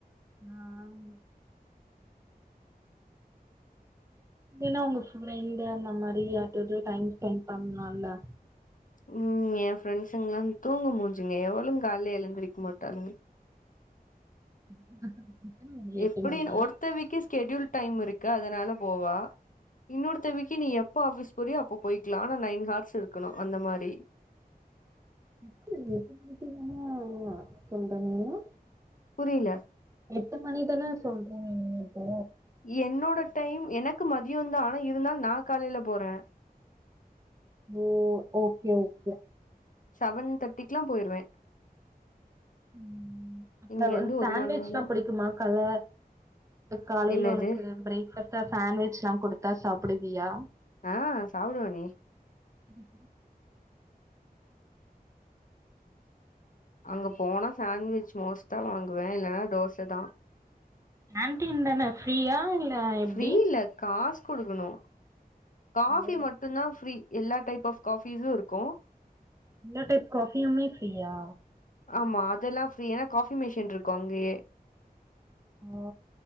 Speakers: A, on the right (about 20°); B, on the left (about 55°).
A: ம் இல்லன்னா உங்க ஃப்ரெண்டு அந்த மாரி யார்டையாது டைம் ஸ்பெண்ட் பண்ணலால்ல
B: ம் எ ஃப்ரெண்ட்ஸுங்கல்லா தூங்க மூஞ்சுங்க எவளும் காலையில எழுந்திருக்க மாட்டாலுங்க
A: <inaudible> மணி
B: எப்படின்
A: மணியா?
B: ஒருத்த வீக்கு ஸ்கெடூல் டைம் இருக்கு அதனால போவா இன்னொரு தேவைக்கு நீ எப்ப ஆஃபீஸ் போரியோ அப்ப போயிக்கலா ஆனா நைன் ஹார்ஸ் இருக்கணு அந்த மாரி
A: எப்ப <unintelligible> மீட்டிங்ன்னா ஓ சொல்றாங்களா
B: புரியல
A: எட்டு மணி தானே சொல்றீங்க இப்போ
B: என்னோட டைம் எனக்கு மதிய தா ஆனா இருந்தாலு நா காலையில போறே
A: ஓ ஓகே ஓகே
B: செவன் தேர்ட்டிக்குல்லா போயிருவே
A: ம் அப்பற
B: இங்க இருந்து
A: சாண்ட்விச்தா
B: ஒரு மணி நேரம்
A: புடிக்குமா கால்ல காலையில
B: என்னது
A: உனக்கு பிரேக் கட்டா சாண்ட்விச் எல்லா குடுத்தா சாப்புடுவியா
B: ஆ சாப்புடுவேனே
A: ம்
B: அங்க போனா சாண்ட்விச் மோஸ்ட்டா வாங்குவே இல்லைன்னா தோச தா
A: கேண்டீன் தான ஃப்ரீயா இல்ல எப்டி?
B: ஃப்ரீ இல்ல காசு குடுக்கணு காபி
A: ஓ!
B: மட் டுந்தா ஃப்ரீ எல்லா டைப் ஆஃப் காபிஸு இருக்கு
A: இந்த டைப் காஃபி யுமே ஃப்ரீயா
B: ஆமா அதெல்லா ஃப்ரீ ஏன்னா காஃபி மெஷின் இருக்கு அங்கயே
A: ஓ